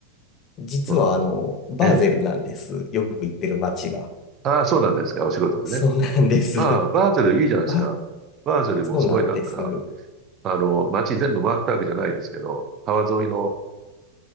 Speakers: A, on the left; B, on the right.
A: 実はあの、
B: そうなんですよ。
A: バーゼルなんです。
B: ええ
A: よく行ってる街が。
B: ああ、そうなんですか、お仕事のね。
A: そうなんです。
B: ああ、バーゼルいいじゃないですか。
A: ば、
B: バーゼルもすごいなんか、
A: そうなんです。
B: あの、街全部回ったわけじゃないですけど、川沿いの、